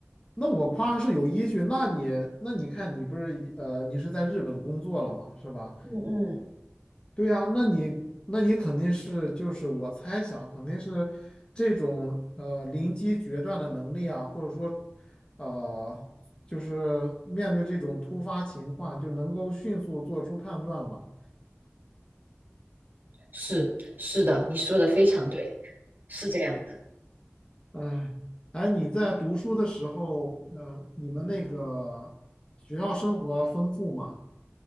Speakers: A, on the left; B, on the right.
A: 那我夸的是有依据。那你那你看，你不是呃，你是在日本工作了嘛，是吧？
B: 嗯嗯，
A: 对呀，那你那你肯定是就是我猜想肯定是这种呃临机决断的能力啊，或者说呃就是面对这种突发情况就能够迅速做出判断嘛。
B: 是是的，你说的非常对，是这样的。
A: 哎，哎，你在读书的时候，呃，你们那个学校生活丰富吗？